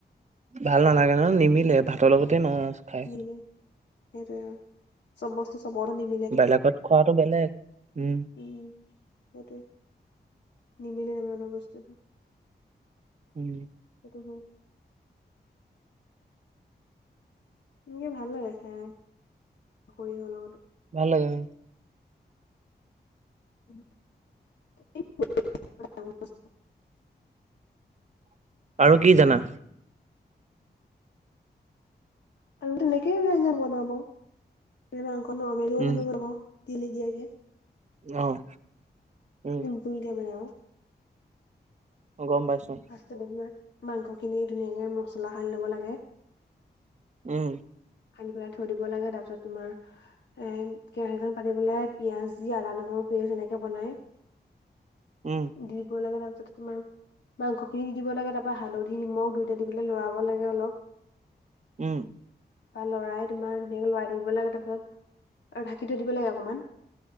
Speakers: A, on the right; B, on the left.
A: ভাল নালাগে ন, নিমিলে ভাতৰ লগতে মাছ খাই।
B: নিমিলে সেইটোৱে অ, চব বস্তু চবৰ লগত নিম
A: বেলেগত খোৱাটো বেলেগ উম।
B: উম, সেইটোৱে। নিমিলে নিমিলা লগত বস্তুটো।
A: উম।
B: সেইটো হয়। এনেকে ভাল লাগে খাই সৰিয়হ ল
A: ভাল লাগে বাৰু।
B: <unintelligible>
A: আৰু কি জানা?
B: আৰু তেনেকেই জানো বনাব। মাংস নৰ্মালি
A: উম
B: জানো বনাব তেল নিদিয়াকে।
A: অহ, উম।
B: পুৰিলে বনাও।
A: অ', গম পাইছোঁং।
B: ফাৰ্ষ্টট বনোৱা মাংসখিনি ধুনীয়াকে মছলা সানি ল'ব লাগে।
A: উম।
B: সানি পেলাই থৈ দিব লাগে, তাৰপিছত তোমাৰ এ কেৰাহীখন পাতি পেলাই, পিঁয়াজ দি আদা-নহৰু পিয়াজ এনেকে বনায়।
A: উম।
B: দিব লাগে, তাৰপিছতে তোমাৰ মাংসখিনি দি দিব লাগে তাৰ পৰা হালধি নিমখ দুইটা দি পেলাই লৰাব লাগে অলপ।
A: উম।
B: লৰাই তোমাৰ ধুনীয়াকে লৰাই থাকিব লাগে তাৰপিছত আৰু ঢাকি থৈ দিব লাগে অকমান।